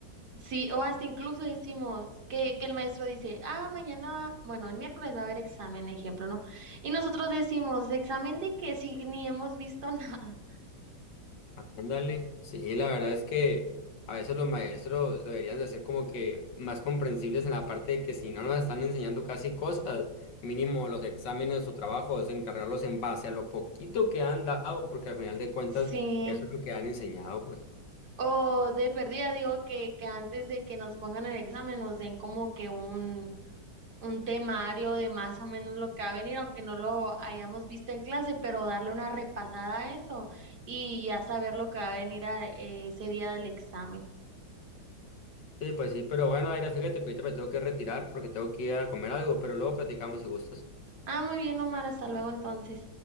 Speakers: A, on the right (about 55°); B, on the left (about 65°).
A: Sí, o hasta incluso decimos que, que el maestro dice, ah, mañana, bueno, el miércoles va a haber examen, ejemplo, ¿no? Y nosotros decimos, ¿examen de qué? Si ni hemos visto <laughs> nada.
B: Ándale, sí, la verdad es que a veces los maestros deberían de ser como que más comprensibles en la parte de que si no nos están enseñando casi cosas, mínimo los exámenes o trabajos, encargarlos en base a lo poquito que han dado, porque al final de cuentas
A: Sí.
B: eso es lo que han enseñado, pues.
A: O de perdida, digo que, que antes de que nos pongan el examen nos den como que un, un temario de más o menos lo que va a venir, aunque no lo hayamos visto en clase, pero darle una repasada a eso y ya saber lo que va a venir a- eh, ese día del examen.
B: Sí, pues sí, pero bueno, Aira, fíjate que ahorita me tengo que retirar porque tengo que ir a comer algo, pero luego platicamos si gustas.
A: Ah, muy bien, Omar, hasta luego entonces.